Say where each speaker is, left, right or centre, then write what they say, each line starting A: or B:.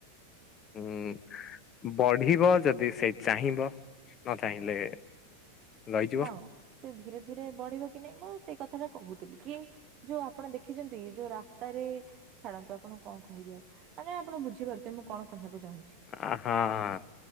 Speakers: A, on the left; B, on the right.
A: ହୁଁ ବଢିବ ଯଦି ସେ ଚାହିଁବ ନ ଚାହିଁଲେ ରହିଯିବ
B: ହଁ ସେ ଧୀରେ ଧୀରେ ବଢିବ କି ନାଇଁ ମୁଁ ସେଇ କଥାଟା କହୁଥିଲି କି ଯୋଉ ଆପଣ ଦେଖିଛନ୍ତି ଯୋଉ ରାସ୍ତାରେ ଛାଡ଼ନ୍ତୁ ଆପଣ କଣ କହିବି ଆଉ ମାନେ ଆପଣ ବୁଝିପାରୁଥେ ମୁଁ କଣ କହିବାକୁ ଚାହୁଁଛି
A: ହଁ